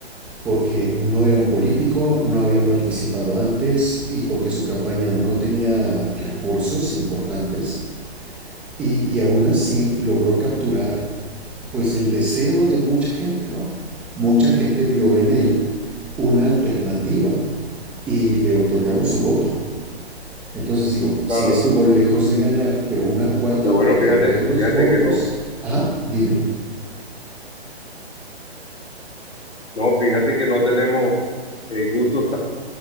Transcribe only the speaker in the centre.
porque no era un político, no había participado antes y porque su campaña no tenía recursos importantes y, y aún así logró capturar pues el deseo de mucha gente, ¿no? Mucha gente vio en él una alternativa y le otorgaron su voto. Entonces digo, sí
estuvo lejos de ganar, pero una cuarta
parte
de todos los
votos,
ajá, dime.